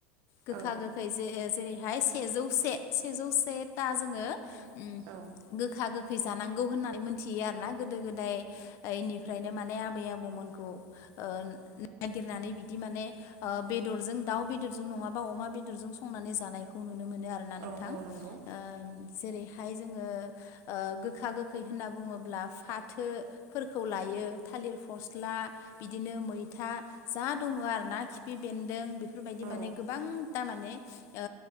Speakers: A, on the left; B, on the right.
A: गोखा
B: औ
A: गोखै जे जेरैहाय सेजौ से सेजौ से ता जोङो उम
B: औ
A: गोखा गोख खै जानांगौ होननानै मोनथियो आरोना गोदो गोदायनिफ्रायनो माने आबै आबौमोनखौ ओ नागिरनानै बिदि माने बेदरजों दाउ बेदर जों नङाबा अमा बेदरजों संनानै जानायखौ नुनो मोनो मोनो आरोना नोंथां
B: औ औ नंगौ
A: ओ जेरैहाय जोङो ओ गोखा गोखै होनना बुङोब्ला फाथोफोरखौ लायो थालिर फस्ला बिदिनो मैथा जा दङ आरोना खिफि बेनदों बेफोर बायदि माने
B: औ
A: गोबां दा माने ओ